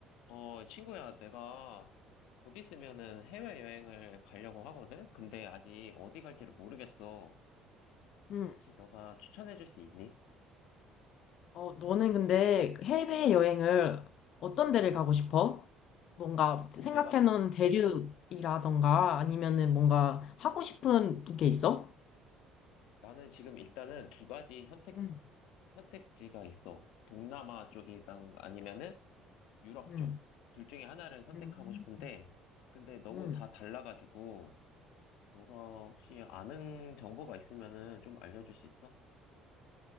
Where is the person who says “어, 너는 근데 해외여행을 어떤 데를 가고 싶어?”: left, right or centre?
Left